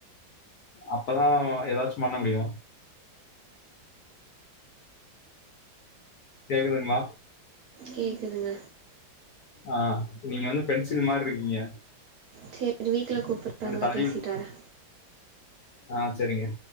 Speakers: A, on the left; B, on the right.
A: அப்பதா ஏதாச்சு பண்ண முடியு கேக்குதுங்லா
B: கேக்குதுங்க
A: ஆ நீங்க வந்து பென்சில் மாரிருக்கீங்க
B: சேரி வீட்ல கூப்பிறாங்க நா
A: தள்ளி
B: பேசிட்டு
A: விட்
B: வாரே
A: ஆ சரிங்க